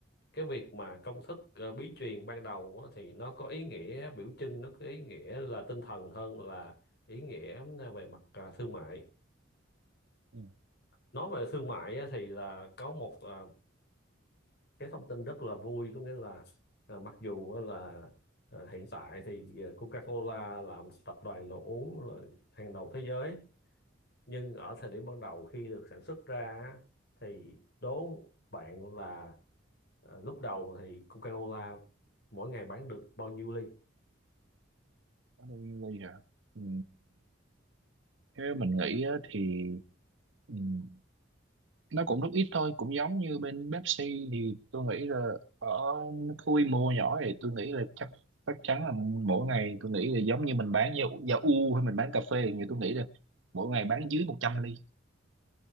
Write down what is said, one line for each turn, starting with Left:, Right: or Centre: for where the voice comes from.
Left: cái việc mà công thức ờ, bí truyền ban đầu á, thì nó có ý nghĩa biểu trưng nó có ý nghĩa là tinh thần hơn là ý nghĩa về mặt à, thương mại
Right: ừ.
Left: nói về thương mại á, thì là có một à, cái thông tin rất là vui có nghĩa là à, mặc dù á là à, hiện tại thì ờ, Coca-Cola là một tập đoàn đồ uống là hàng đầu thế giới nhưng ở thời điểm ban đầu khi được sản xuất ra á, thì đố bạn là Ờ, lúc đầu thì Coca-Cola mỗi ngày bán được bao nhiêu ly?
Right: Nó đâu như vậy hả? Ừ. Theo mình nghĩ á, thì ừm, nó cũng rất ít thôi, cũng giống như bên Pepsi thì tôi nghĩ là ở cái quy mô nhỏ thì tôi nghĩ là chắc chắc chắn là mỗi ngày tôi nghĩ là giống như mình bán dầu dầu u hay mình bán cà phê thì tôi nghĩ là mỗi ngày bán dưới 100 ly.